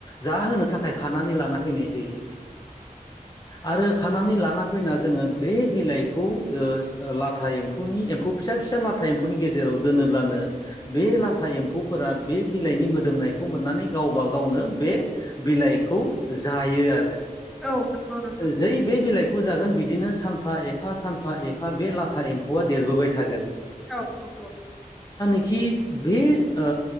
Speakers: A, on the left (about 25°); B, in the centre.
A: जाहोनो थाखाय खानानै लाना फैनाय जायो आरो खानानै लाना फैना जोङो बे बिलाइखौ ओ ओ लाथा एम्फौ एम्फौनि फिसा फिसा लाथा एमफौनि गेजेराव दोनोब्लानो बे लाथा एम्फौफोरा बे बि बिलाइनि मोदोमनायखौ मोननानै गावबा गावनो बे बिलाइखौ जायो आरो
B: औ नंगौ नोंथां
A: जै बे बिलाइ दुखु जागोन बिदिनो सानफा एफा सानफा एफा बे लाथा एम्फौआ देरबोबाय थागोन।
B: औ नंगौ।
A: खि बे ओ